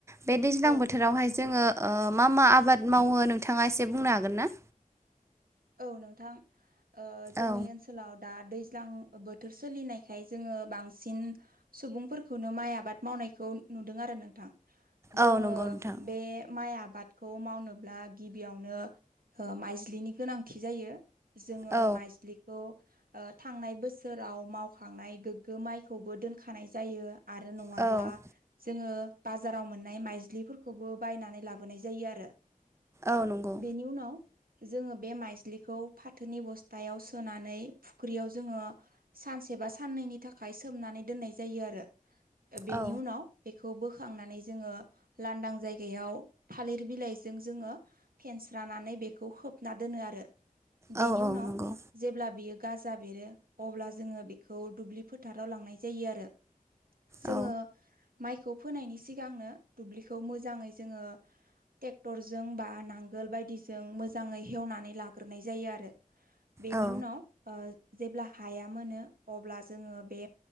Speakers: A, on the right; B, on the right.
A: बे दैज्लां
B: औ
A: बोथोरावहाय जोङो ओ मा मा आबाद मावो नोंथाङा एसे बुंनो हागोन ना
B: औ नोंथां ओह जोंनि
A: औ
B: ओनसोलाव दा दैज्लां बोथोर सोलिनायखाय जोङो बांसिन सुबुंफोरखौनो माइ आबाद मावनायखौ नुदों आरो नोंथां
A: औ
B: जोङो
A: नंगौ नोंथां
B: बे माइ आ बादखौ मावनोब्ला गिबियावनो माइज्लिनि गोनांथि जायो जोङो
A: औ
B: माइज्लिखौ ओ थांनाय बोसोराव मावखांनाय गोग्गो माइखौबो दोनखानाय जायो आरो नङाब्ला
A: औ
B: जोङो बाजाराव मोननाय माइज्लिफोरखौबो बायनानै लाबोनाय जायो आरो
A: औ नंगौ
B: बेनि उनाव जोङो बे माइ ज्लिखौ फाथोनि बस्थायाव सोनानै फुख्रियाव जोङो सानसेबा साननैनि थाखाय सोमनानै दोननाय जायो आरो बेनि
A: औ
B: उनाव बेखौ बोखांनानै जोङो लांदां जायगायाव थालिर बिलाइजों जोङो फेनस्रा नानै बेखौ खोबना दोनो आरो बेनि
A: औ औ
B: उनाव
A: नंगौ
B: जेब्ला बियो गाजा बेरो अब्ला जोङो बेखौ दुब्लि फोथाराव लांनाय जायो आरो जोङो
A: औ
B: माइखौ फोनायनि सिगांनो दुब्लिखौ मोजाङै जोङो ट्रेक्टरजों बा नांगोल बायदिजों मोजाङै हेवनानै ला ग्रोननाय जायो आरो बेनि
A: औ
B: उनाव जेब्ला हाया मोनो अब्ला जोङो बे